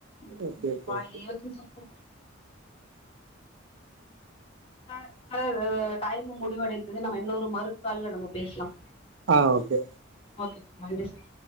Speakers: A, on the left; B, on the right.
A: ம்
B: ஓகே ஓகே
A: வாயிலயே
B: ஓகே
A: வச்சு சப்பு ச சார் டைம் மு முடிவடைந்தது நம்ம இன்னொரு மறுத்தாள்ல நம்ம பேசலா
B: ஆ ஓகே
A: ஓகே சா நன்றி சார்